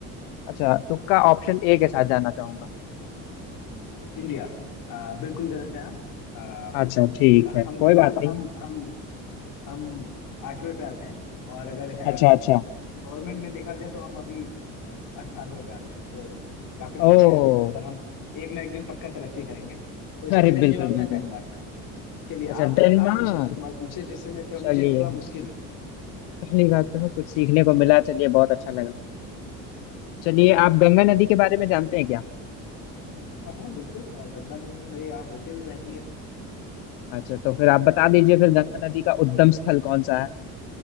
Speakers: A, on the left; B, on the left.
A: अच्छा तुक्का ऑप्शन ए के साथ जाना चाहूंगा
B: इंडिया अ, बिल्कुल गलत है आप
A: अच्छा ठीक है
B: हम
A: कोई
B: इंडिया
A: बात नहीं
B: हम हम हम आठवें पे आते हैं और अगर है
A: अच्छा अच्छा
B: एनवायरमेंट में देखा जाए तो हम अभी 18वें पे आते हैं तो काफी पीछे
A: ओ
B: हैं हम पर हम एक ना एक दिन पक्का तरक्की करेंगे तो इसका
A: अरे
B: सही
A: बिल्कुल
B: जवाब
A: बिल्कुल
B: था डेनमार्क चलिए
A: अच्छा
B: आप
A: डेनमार्क
B: आप कुछ ऐसा सवाल पूछे जिससे मैं थोड़ा मुझे
A: चलिए
B: थोड़ा मुश्किल हो
A: पहली बात तो कुछ सीखने को मिला चलिए बहुत अच्छा लगा चलिए आप गंगा नदी के बारे में जानते हैं क्या
B: हाँ हाँ बिल्कुल अ, गंगा नदी तो मेरे यहाँ होके भी बहती है
A: अच्छा तो फिर आप बता दीजिए फिर गंगा नदी का उद्गम स्थल कौन सा है